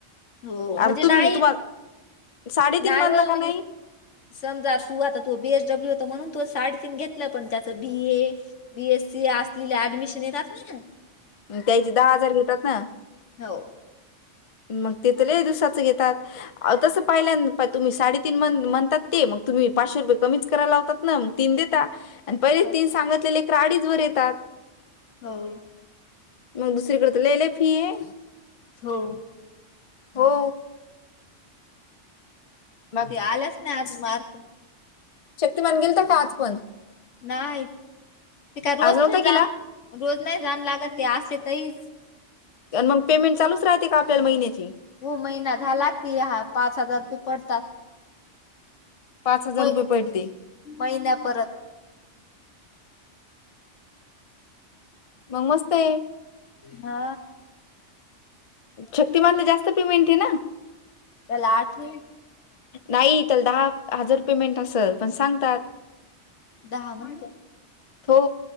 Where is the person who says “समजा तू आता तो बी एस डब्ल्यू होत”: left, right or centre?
Left